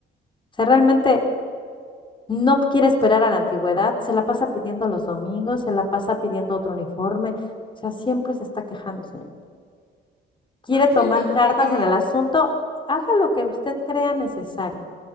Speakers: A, on the left; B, on the left.
A: O sea, realmente no quiere esperar a la antigüedad, se la pasa pidiendo los domingos, se la pasa pidiendo otro uniforme, o sea, siempre se está quejando, señor. Quiere
B: Pues
A: tomar
B: claro, y
A: cartas
B: lo que, eh,
A: en el asunto, haga lo que usted crea necesario.